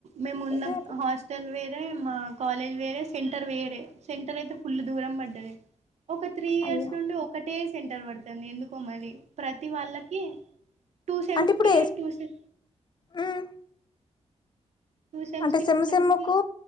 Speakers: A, on the right; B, on the left.
A: మేము ఉన్న
B: అదే అట్లా
A: హాస్ట్ స్టల్ వేరే మా కాలేజ్ వేరే సెంటర్ వేరే సెంటర్ అయితే ఫుల్ దూరం పడ్డది ఒక త్రీ ఇయర్స్
B: అయ్యో
A: నుండి ఒకటే సెంటర్ పడుతుంది ఎందుకో మరి ప్రతి వాళ్ళకి టూ సెమ్స్
B: అంటే ఇప్పుడు
A: కి
B: ఏస్
A: టూ సే
B: ఉమ్
A: టూ సెమ్స్
B: అంటే
A: కి
B: సేమ్
A: టూ సెమ్స్
B: సేమ్
A: కి
B: కు